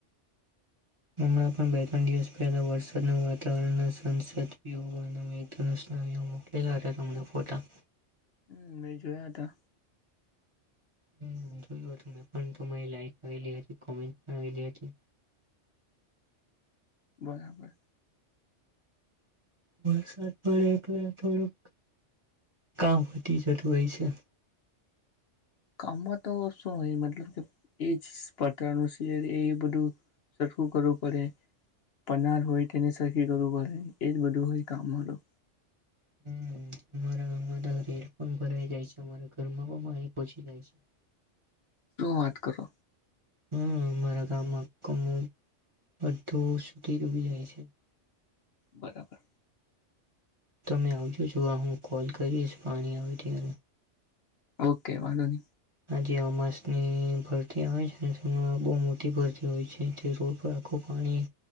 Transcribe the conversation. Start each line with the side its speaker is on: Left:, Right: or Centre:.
Right: હમણાં પણ બે ત્રણ દિવસ પહેલા વરસાદના વાતાવરણના સંસદવાના <inaudible> મોકલા હતા હમણા ફોટા
Left: હમ મેં જોયા હતા.
Right: હમ્મ જોયું હતું મેં પણ તમારી લાઈક આવેલી હતી કોમેન્ટ પણ આવેલી હતી.
Left: બરાબર.
Right: વરસાદ પડે એટલે થોડુંક કામ વધી જતું હોય છે.
Left: કામમાં તો શું હોય મતલબ કે એ જપત્રનું છે, એ બધું સરખું કરવું પડે. પનાર હોય તેને કરવું પડે એજ બધું હોય કામ હતું.
Right: હમ અમારા ગામ ઘ હડફોન ભરાઈ જાય છે, અમારા ઘરમાં પણ પાણી પહચી જાય છે. <unintelligible>
Left: શું વાત કરો.
Right: હા મામારા ગામમાં કમો બધું સુધી ડૂબી જાય છે. <inaudible>
Left: બરાબર.
Right: તમે આવજો જોવા હું કોલ કરીશ પાણી આવે ત્યારે
Left: ઓકે વાંધો ન
Right: આ જે અમાસની ભરતી આવે છે તેમાં બહુ મોટી ભરતી હોય છે તે રોડ પર આખું પાણી